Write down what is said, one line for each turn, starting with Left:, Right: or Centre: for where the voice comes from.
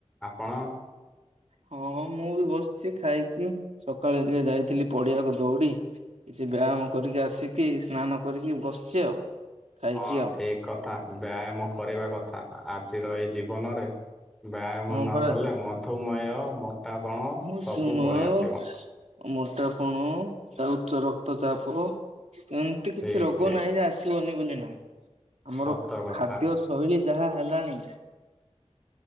Centre: ଆପଣ?
Right: ହଁ ମୁଁ ବି ବସିଛି ଖାଇକି। ସକାଳେ ଟିକେ ଯାଇଥିଲି ପଡିଆକୁ ଦୌଡି ସିଟି ବ୍ୟାୟାମ କରିକି ଆସିକି ସ୍ନାନ କରିକି ବସିଛି ଆଉ। ଖାଇକି
Centre: ହଁ
Right: ଆଉ
Centre: ଠିକ କଥା। ବ୍ୟାୟାମ କରିବା କଥା। ଆଜିର ଏଇ ଜୀବନରେ ବ୍ୟାୟାମ
Right: ହଁ
Centre: ନ
Right: ପରା
Centre: କଲେ ମଧୁମେହ, ମୋଟାପଣ
Right: ମଧୁମେହ
Centre: ସବୁ ପଳେଇଆସିବ।
Right: ମୋଟାପଣ ତା ଉଚ୍ଚ ରକ୍ତଚାପ, ଏମିତି
Centre: ଠିକ
Right: କିଛି ରୋଗ
Centre: ଠିକ
Right: ନାହିଁ ଯେ ଆସି ଆସିବନି ବୋଲି ନୁହଁ। ଆମର
Centre: ସତ କଥା
Right: ଖାଦ୍ୟ ଶୈଳୀ ଯାହା ହେଲାଣି